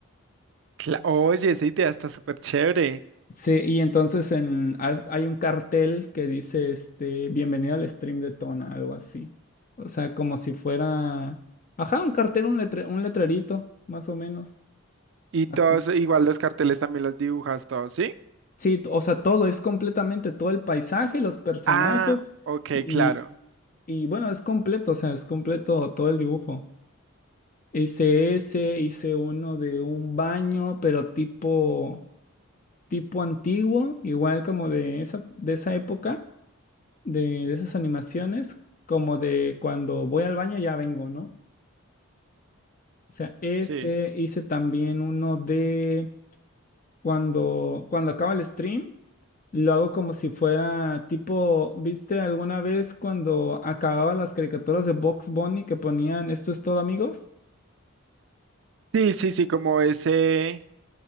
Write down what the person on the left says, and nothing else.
Sí, y entonces en, ha- hay un cartel que dice, este, bienvenido al stream de Tona, algo así. O sea, como si fuera, ajá, un cartel, un letre- un letrerito, más o menos,
así.
Sí, t- o sea, todo, es completamente todo el paisaje, los personajes,
y,
y bueno, es completo, o sea, es completo todo el dibujo. Hice ese, hice uno de un baño, pero tipo, tipo antiguo, igual como de esa, de esa época de, de esas animaciones, como de cuando voy al baño ya vengo, ¿no? O sea, ese
hice también uno de cuando, cuando acaba el stream, lo hago como si fuera tipo, ¿viste alguna vez cuando acababan las caricaturas de Box Bunny que ponían esto es todo, amigos?